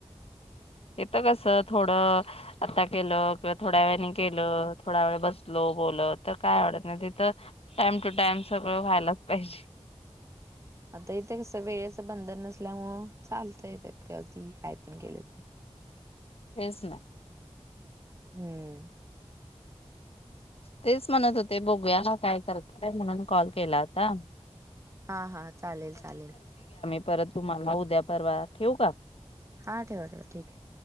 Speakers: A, on the left; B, on the right.
A: इथ कस थोडं आता केलं किंवा थोड्या वेळान केलं थोड्या वेळ बसलो बोलत तर काय वाटत नाही तिथं टाइम टू टाइम सगळं व्हायलाच पाहिजे.
B: आता इथे कस वेळेचं बंधन नसल्यामुळं चालतंय ती काय पण केलं
A: तेच ना
B: हम्म
A: तेच म्हणत हो ते बघूया हा काय करतय म्हणून कॉल केला होता.
B: हा हा चालेल चालेल.
A: पर तुमाला उद्या परवा ठेवू का?
B: हा ठेव ठेव ठीक आहे.